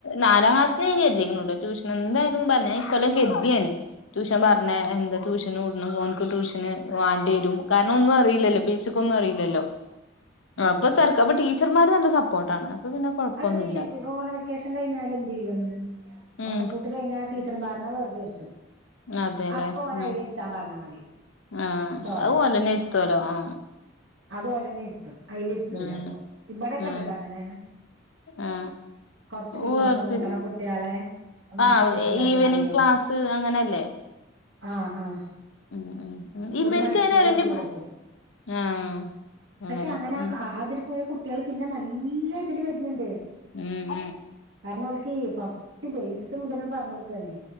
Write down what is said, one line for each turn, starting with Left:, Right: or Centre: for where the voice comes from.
Left: നാലാംക്ലാസിൽ <unintelligible> ട്യൂഷൻ എന്തായാലും പറഞ്ഞ കൊല്ലം കെഴ്തിയാണ് ട്യൂഷൻ പറഞ്ഞ എന്താ ട്യൂഷന് കൂട പോനിക്ക് ട്യൂഷന് വാണ്ടി വരും കാരണം ഒന്നും അയില്ലല്ലോ ഫീസ് ക്കൊന്നും അറിയില്ലല്ലോ
Right: ആഹ്
Left: അപ്പൊ ടീച്ചർമാർ നല്ല സപ്പോർട്ടാണ് കൊഴപ്പൊന്നുമില്ല
Right: അതെന്തേ ഓന വെക്കേഷൻ കഴിഞ്ഞാൽ എന്ത് ചെയ്യും
Left: ഉം
Right: ഓണപ്പൂട്ട് കഴിഞ്ഞാ ടീച്ചർമാരന വേർതിരിച്ചും
Left: അതെല്ലേ
Right: അപ്പൊ ഓന്
Left: ഉം
Right: അയില് ഇരുത്താൻ പറഞ്ഞാൽ മതി
Left: ആഹ്
Right: ട്ടോ
Left: അത് <unintelligible> ആഹ്
Right: അത് ഒടനെ ഇരുത്തും അതിന് ഇരുത്തൂല
Left: ഉം
Right: അപ്പൊ ഇവിടെക്കെ
Left: ആ
Right: ഉണ്ട്ട്ടാ അങ്ങനെ
Left: ആ
Right: കൊറച്ച് പിന്നോക്കം
Left: ഓർത്തിച്ച്
Right: നിക്കണ കുട്ടികളെ
Left: ആഹ്
Right: നിർത്തിയാണ്ട്
Left: ഈവനിങ്
Right: എന്ത് ചെയ്യും
Left: ക്ലാസ്സ് അങ്ങനെയല്ലേ
Right: ആഹ് ആഹ്
Left: ഉം ഉം ഉം ഇവനിക്ക്
Right: ഒരു മണിക്കൂറ്
Left: അങ്ങനെ അറിഞ്ഞു
Right: ഓല്ക്ക് കൊടുക്കും
Left: ആഹ് അങ്ങനൊക്കെ
Right: പക്ഷെ അങ്ങനെ
Left: ഉം
Right: അതില് പോയ കുട്ടികള് പിന്നെ നല്ല ഇതില് വരുന്നുണ്ട്
Left: ഉം
Right: കാരണം ഓൽക്കീ ഫസ്റ്റ് വൈസ് മുതല് പറഞ്ഞ് കൊടുക്കല്ലേ